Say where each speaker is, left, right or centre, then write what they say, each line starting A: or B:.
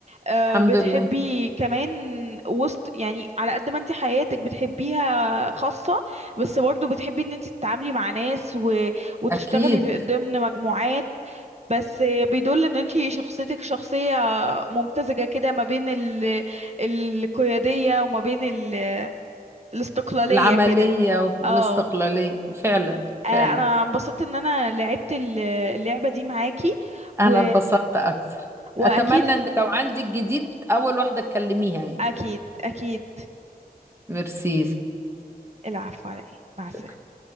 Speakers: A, on the right (about 45°); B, on the right (about 15°).
A: آه،
B: الحمد
A: بتحبي
B: لله
A: كمان وسط يعني على قد ما انتي حياتك بتحبيها خاصة بس برضه بتحبي ان انت تتعاملي مع ناس و... وتشتغلي
B: اكيد
A: في ضمن مجموعات بس بيدل ان انت شخصيتك شخصية ممتزجة كده ما بين ال... القيادية وما بين ال... الاستقلالية
B: العملية
A: كده
B: والاستقلالية
A: اه
B: فعلا
A: آه،
B: فعلا
A: انا انبسطت ان انا لعبت ال- اللعبة دي معاكي و...
B: انا اتبسطت اكتر
A: واكيد
B: اتمنى ان لو عندي الجديد اول واحدة تكلميها يعني
A: اكيد اكيد
B: ميرسي
A: العفو على ايه مع
B: شكرا
A: السلامة